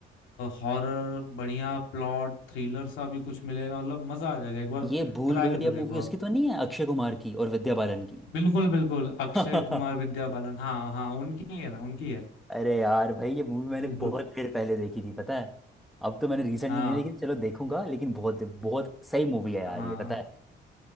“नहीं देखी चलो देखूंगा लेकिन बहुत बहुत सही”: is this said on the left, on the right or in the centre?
Centre